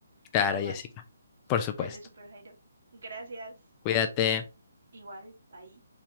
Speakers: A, on the right; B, on the left.
A: y
B: Claro,
A: antojar.
B: Jessica. Por supuesto.
A: Dale, Super Jairo. Gracias.
B: Cuídate.
A: Igual, bye.